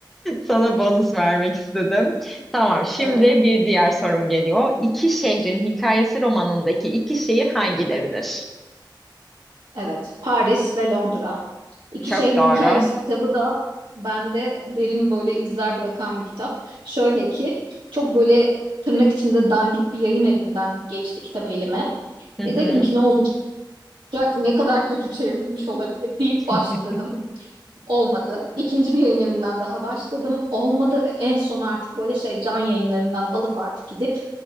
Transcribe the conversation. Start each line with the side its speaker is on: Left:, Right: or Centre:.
Centre: Sana bonus vermek istedim. Tamam, şimdi
Right: <laughs> Evet.
Centre: bir diğer sorum geliyor. İki şehrin hikayesi romanındaki iki şehir hangileridir?
Right: Evet. Paris ve Londra. İki
Centre: Çok
Right: Şehrin
Centre: doğru.
Right: Hikayesi kitabı da bende derin böyle izler bırakan bir kitap. Şöyle ki çok böyle tırnak içinde dandik bir yayın evinden geçti kitap elime.
Centre: Hı
Right: E
Centre: hı.
Right: dedim ki ne olacak, ne kadar kötü çevrilmiş olabilir deyip
Centre: <laughs>
Right: başladım. Olmadı. İkinci bir yayın evinden daha başladım. Olmadı ve en son artık böyle şey can yayınlarından alıp artık gidip